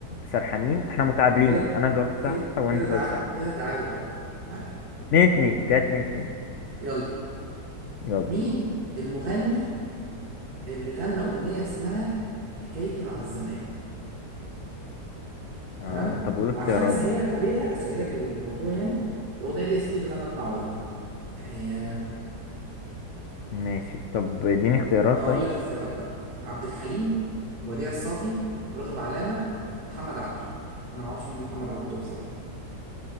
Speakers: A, on the left; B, on the right.
A: سرحانين احنا متعادلين
B: كده
A: انا جاوبت
B: كده
A: صح وانت
B: كده
A: جاوبت
B: تعادل
A: صح
B: كده تعادل اه تعادل
A: اتنين اتنين كده اتنين اتنين
B: يلا
A: يلا
B: مين المغني اللي غنى اغنيه اسمها حكايتي مع الزمان
A: آه
B: تمام
A: طب قول
B: وعشان
A: اختيارات
B: اسهل
A: بقى
B: لك عليها اسهل لك الموضوع يعني الاغنيه دي يا ستي اتغنت مع ورده يعني
A: ماشي طب اديني اختيارات
B: هقول
A: طيب
B: لك الاختيارات بقى عبد الحليم وديع الصافي راغب علامه محمد عبده انا ما اعرفش مين محمد عبده ده بصراحه